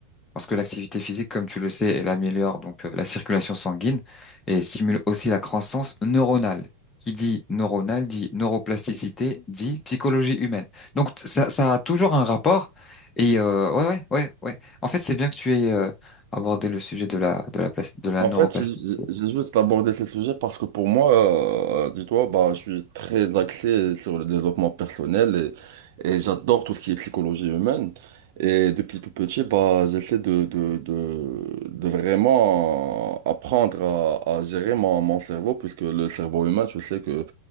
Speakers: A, on the left; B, on the right.
A: Parce que l'activité physique, comme tu le sais, elle améliore donc euh, la circulation sanguine et stimule aussi la croissance neuronale. Qui dit neuronale dit neuroplasticité, dit psychologie humaine. Donc t- ça, ça a toujours un rapport. Et euh, ouais, ouais, ouais, ouais. En fait, c'est bien que tu aies euh, abordé le sujet de la de la plas- de la
B: En
A: neuroplasticité.
B: fait, j'ai j'ai juste abordé ce sujet parce que pour moi, euh, dis-toi, bah, je suis très axé sur le développement personnel et, et j'adore tout ce qui est psychologie humaine. Et depuis tout petit, bah, j'essaie de, de, de, de vraiment apprendre à, à gérer mon, mon cerveau puisque le cerveau humain, tu sais que